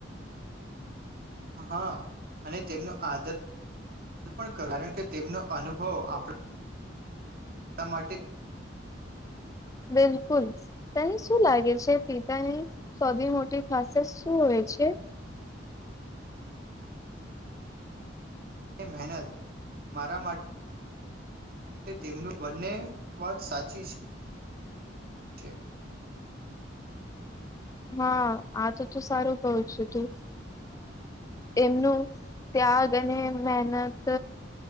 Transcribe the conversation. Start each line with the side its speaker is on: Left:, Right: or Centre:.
Right: હા અને તેમનો આદર પણ કારણ કે તેમનો અનુભવ આપ એ માટે
Left: બિલકુલ તને શું લાગે છે પિતાની સૌથી મોટી ખાસિયત શું હોય છે
Right: મહેનત મારા માટે તેમનું બંને વાત સાચી છે છે
Left: હા આ તો ત સારું કઉ છું તું એમનું ત્યાગ અને મહેનત